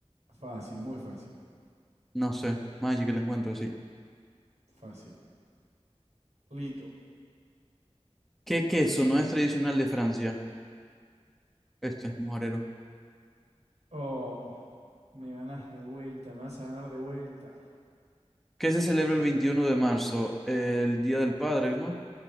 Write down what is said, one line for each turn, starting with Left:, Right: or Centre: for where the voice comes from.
Right: Fácil, muy fácil.
Centre: No sé. Magic el encuentro, sí.
Right: Fácil. Lito.
Centre: ¿Qué queso no es tradicional de Francia? Este, mojarero.
Right: Oh, me ganás de vuelta, me vas a ganar de vuelta.
Centre: ¿Qué se celebra el 21 de marzo? El Día del Padre, ¿no?